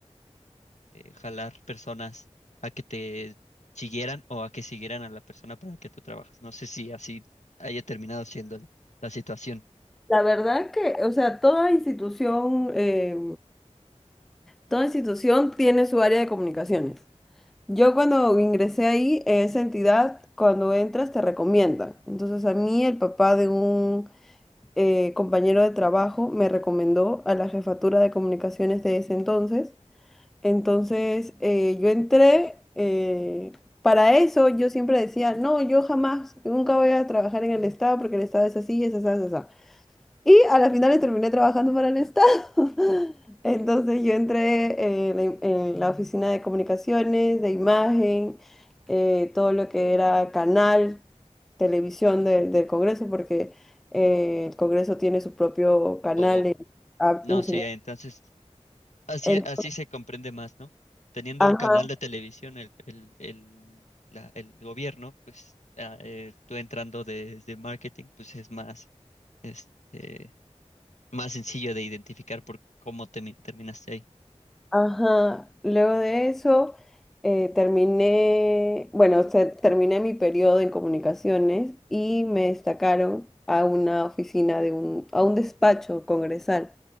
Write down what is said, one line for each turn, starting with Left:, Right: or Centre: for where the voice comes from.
Left: eh, jalar personas a que te siguieran o a que siguieran a la persona para la que tú trabajas. No sé si así haya terminado siendo el- la situación
Centre: La verdad que, o sea, toda institución, eh, toda institución tiene su área de comunicaciones. Yo cuando ingresé ahí, esa entidad, cuando entras, te recomienda. Entonces a mí el papá de un eh, compañero de trabajo me recomendó a la jefatura de comunicaciones de ese entonces Entonces, eh, yo entré, eh, para eso yo siempre decía, no, yo jamás, nunca voy a trabajar en el Estado porque el Estado es así, es así, es así. Y a la final terminé trabajando para el Estado. <laughs> Entonces, yo entré eh, en la, en la oficina de comunicaciones, de imagen, eh, todo lo que era canal, televisión del del Congreso, porque eh, el Congreso tiene su propio canal.
Left: o
Centre: en- a-
Left: no,
Centre: enseñar-
Left: sí, entonces así,
Centre: en-
Left: así se comprende más, ¿no? Teniendo
Centre: ajá,
Left: un canal de televisión, el, el, el, la- el gobierno, pues ah, eh, tú entrando desde marketing, pues es más, este, más sencillo de identificar por cómo te, terminaste ahí.
Centre: Ajá, luego de eso eh, terminé, bueno, o sea, terminé mi periodo en comunicaciones y me destacaron a una oficina de un, a un despacho congresal,